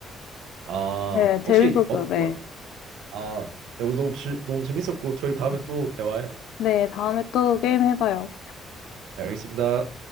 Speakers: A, on the right; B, on the left.
A: 아
B: 네, 재밌었어요.
A: 혹시 어,
B: 네.
A: 월- 아 네, 오늘 너무 즐- 너무 재밌었고 저희 다음에
B: 네,
A: 또 대화해요.
B: 네, 다음에 또 게임 해봐요.
A: 네, 알겠습니다.